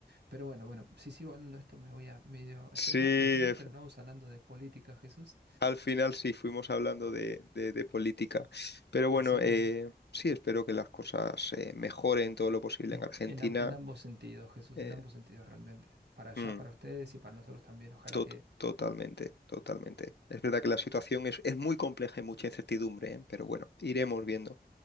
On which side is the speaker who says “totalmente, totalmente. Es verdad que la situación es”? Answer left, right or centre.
Left